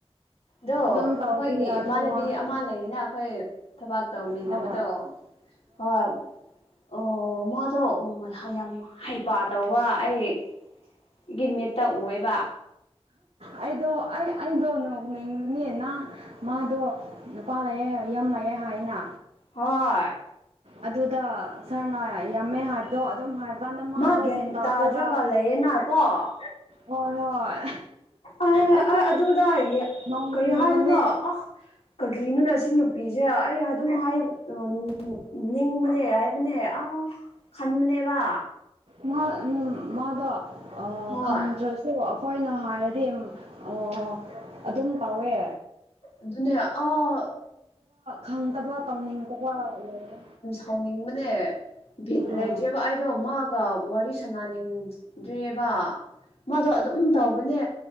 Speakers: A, on the left (about 75°); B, on the right (about 85°).
A: ꯗꯣ
B: ꯑꯗꯨꯝ ꯇꯧꯔꯗꯤ
A: ꯑꯈꯣꯏꯒꯤ
B: ꯌꯥꯗꯦ
A: ꯏꯃꯥꯟꯅꯕꯤ
B: ꯋꯥ ꯍꯥꯏ
A: ꯑꯃ ꯂꯩꯔꯤꯅ ꯑꯈꯣꯏ ꯊꯕꯥꯛ ꯇꯧꯃꯤꯟꯅꯕꯗꯣ
B: ꯍꯣꯏ
A: ꯍꯣꯏ꯫ ꯑꯣ ꯃꯥꯗꯣ ꯎꯝ ꯌꯥꯝ ꯍꯩꯄꯥ ꯇꯧꯕ ꯑꯩ ꯒꯤ ꯃꯤꯠꯇ ꯎꯋꯦꯕ꯫
B: ꯑꯩꯗꯣ ꯑꯩ ꯑꯩꯗꯣ ꯅꯣꯡꯅꯤꯡꯃꯅꯤ ꯅꯪ ꯃꯥꯗꯣ ꯅꯨꯄꯥ ꯂꯥꯛꯑꯦ ꯌꯥꯝ ꯂꯥꯛꯑꯦ ꯍꯥꯏꯅꯥ꯫
A: ꯍꯣꯏ꯫
B: ꯑꯗꯨꯗ ꯁꯥꯔꯅ ꯌꯥꯝꯃꯦ ꯍꯥꯏꯕꯗꯣ ꯑꯗꯨꯝ ꯍꯥꯏꯕ ꯕꯥꯟꯗ ꯃꯥꯗꯣ
A: ꯃꯥ ꯒ꯭ꯌꯥꯟ
B: ꯒꯦꯟ ꯇꯥꯗꯒ
A: ꯇꯥꯗ꯭ꯔꯒ ꯂꯩꯌꯦꯅ ꯀꯣ
B: ꯍꯣꯏ ꯍꯣꯏ
A: ꯑꯩ
B: ꯑꯩꯁꯨ
A: ꯑꯩ ꯑꯗꯨꯗ
B: ꯅꫭꯡꯅꯤꯡꯕꯅꯦ꯫
A: ꯀꯔꯤ ꯍꯥꯏꯗꯣꯏꯅꯣ ꯑ ꯀꯔꯤꯅꯣꯅꯦ ꯑꯁꯤ ꯅꯨꯄꯤꯁꯦ ꯑꯩ ꯑꯗꯨꯝ ꯍꯥꯏ ꯗꫭ ꯅꯤ ꯅꯤꯡꯕꯅꯦ ꯍꯥꯏꯕꯅꯦ ꯑꯥ ꯈꯟꯕꯅꯦꯕꯥ꯫
B: ꯃꯍꯥ ꯎꯝ ꯃꯥꯗꯣ
A: ꯍꯣꯏ
B: ꯈꯪꯗ꯭ꯔꯁ ꯁꯣ ꯑꯩꯈꯣꯏꯅ ꯍꯥꯏꯔꯗꯤ ꯑ ꯑꯗꯨꯝ ꯇꯧꯋꯦ꯫
A: ꯑꯗꯨꯅꯦ ꯑꯥ
B: ꯈꯪꯗꯕ ꯇꯧꯅꯤꯡꯗꯕ ꯂꯩꯌꯦ꯫
A: ꯍꯪꯅꯤꯡꯕꯅꯦ ꯚꯤꯠ ꯂꯩꯇ꯭ꯔꯦꯕ
B: ꯑꯥ
A: ꯑꯩꯗꯣ ꯃꯥꯒ ꯋꯥꯔꯤ ꯁꯅꯅꯤꯡꯗ꯭ꯔꯦꯕ ꯃꯥꯗꯣ ꯑꯗꯨꯝ ꯇꯧꯕꯅꯦ꯫